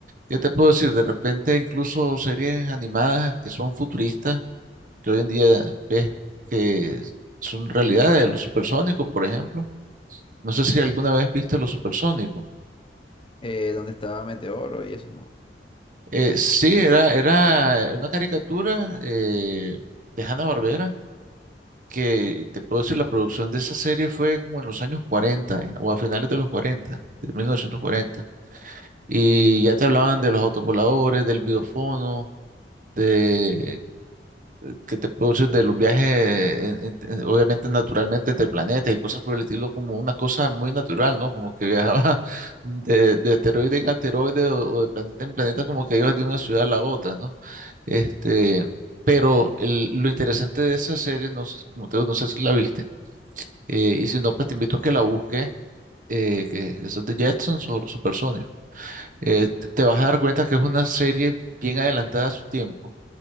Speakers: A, on the right; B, on the left.
A: ¿qué te puedo decir? De repente incluso series animadas que son futuristas, que hoy en día ves que son realidades, los supersónicos, por ejemplo. No sé si alguna vez viste los supersónicos.
B: Eh, ¿dónde estaba Meteoro y eso? No.
A: Eh, sí, era, era una caricatura eh, de Hanna-Barbera, que te puedo decir, la producción de esa serie fue como en los años 40 eh, o a finales de los 40, de mil novecientos cuarenta
B: Ok.
A: Y ya te hablaban de los autopoladores, del videofono, de, que te produces de los viajes, en- en- obviamente naturalmente entre planetas y cosas por el estilo, como una cosa muy natural, ¿no? Como que viajaba <laughs> de, de asteroide en asteroide o, o de planeta en planeta, como que ibas de una ciudad a la otra, ¿no? Este, pero el- lo interesante de esa serie, no, sé- como te digo, no sé si la viste, eh, y si no, pues te invito a que la busques. eh, que eso es de Jetsons o Supersonic, eh, te te vas
B: Ok.
A: a dar cuenta que es una serie bien adelantada a su tiempo,